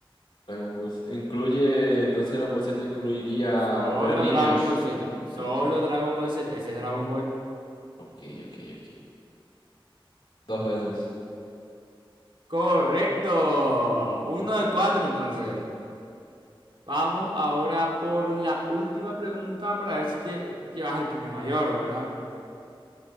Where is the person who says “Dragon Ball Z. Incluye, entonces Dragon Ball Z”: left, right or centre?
Left